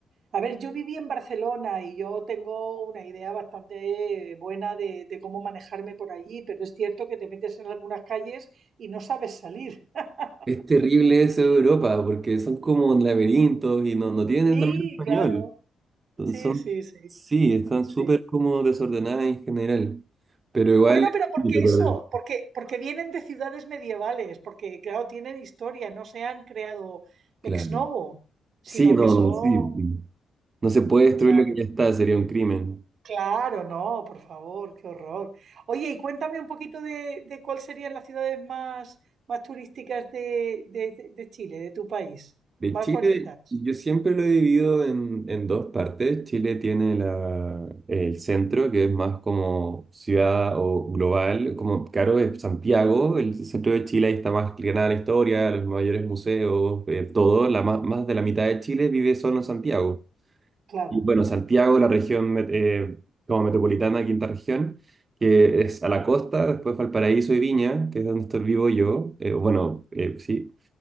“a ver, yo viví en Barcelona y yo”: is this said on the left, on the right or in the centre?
Right